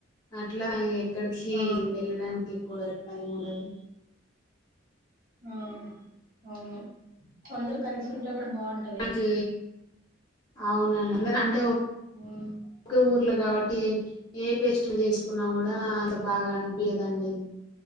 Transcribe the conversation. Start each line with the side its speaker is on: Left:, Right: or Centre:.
Left: ఇట్లా ఎక్కడికి
Right: ఆ
Left: వెళ్ళడానికి పోరలకు టైమ్ ఉండదు
Right: ఆ అవును అందరు కలిసుంటే కూడ బావుంటది
Left: నాకు. అవునండి అందరు అంటే
Right: ఉమ్
Left: ఒక ఊర్లో కాబట్టి ఏ ఫెస్టివెల్ చేసుకున్నా కూడా అంత బాగా అన్పియ్యదండి